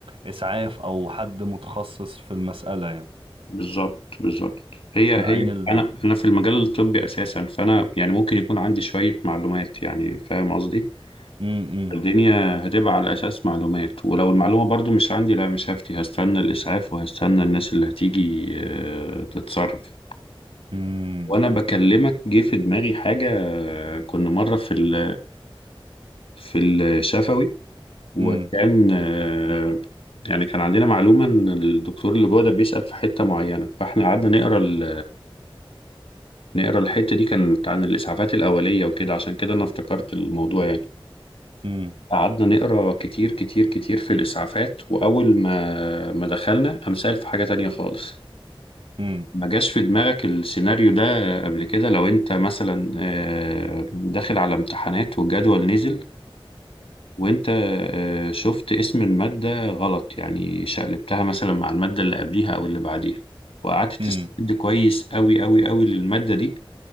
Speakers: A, on the right; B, on the left.
A: اسعاف او حد متخصص في المسألة يعني
B: بالظبط بالظبط هي
A: العين
B: هي
A: اللي
B: انا انا في المجال الطبي اساسا فانا يعني ممكن يكون عندي شوية معلومات يعني فاهم قصدي
A: امم
B: الدنيا هتبقى على اساس معلومات ولو المعلومة برضو مش عندي لا مش هفتي هستنى الاسعاف وهستنى الناس اللي هتيجي آه، تتصرف
A: امم
B: وانا بكلمك جه في دماغي حاجة آه، كنا مرة في ال... في الشفوي وكان
A: امم
B: آه، يعني كان عندنا معلومة إن الدكتور اللي جوه ده بيسأل في حتة معينة فإحنا قعدنا نقرا ال- نقرا الحتة دي كانت عن الإسعافات الأولية وكده عشان كده أنا افتكرت الموضوع يعني
A: امم
B: قعدنا نقرا كتير كتير كتير في الإسعافات وأول ما ما دخلنا قام سأل في حاجة تانية خالص
A: امم
B: ما جاش في دماغك السيناريو ده قبل كده لو أنت مثلا آه، داخل على امتحانات والجدول نزل وانت آه، شفت اسم المادة غلط يعني شقلبتها مثلا مع المادة اللي قبليها او اللي بعديها وقعدت تستند
A: امم
B: كويس قوي قوي قوي للمادة دي